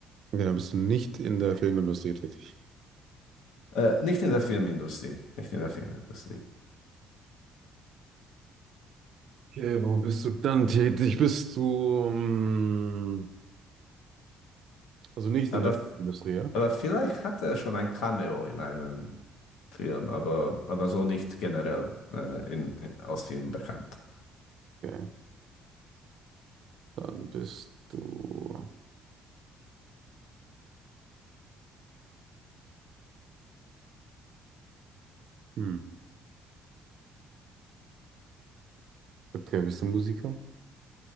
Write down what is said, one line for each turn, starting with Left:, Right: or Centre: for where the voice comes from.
Right: Okay, dann bist du nicht in der Filmindustrie tätig.
Left: Äh, nicht in der Filmindustrie, nicht in der Filmindustrie.
Right: Okay, wo bist du dann tätig? Bist du, ähm, also nicht
Left: Aber,
Right: in der Filmindustrie, ja?
Left: aber vielleicht hat er schon ein Cameo in einem Film, aber, aber so nicht generell äh, in, in, aus Filmen bekannt.
Right: Okay. Dann bist du. Hm. Okay, bist du Musiker?